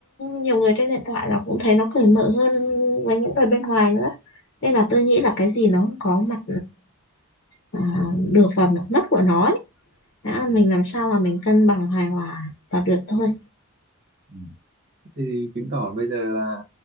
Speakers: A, on the left (about 50°); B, on the right (about 45°).
A: nhiều người trên điện thoại là cũng thấy nó cởi mở hơn với những người bên ngoài nữa nên là tôi nghĩ là cái gì nó cũng có mặt à, được và mặt mất của nó ấy. Đã,
B: Ừ.
A: mình làm sao mà mình cân bằng hài hòa là được thôi
B: Ừ. Thì chứng tỏ bây giờ là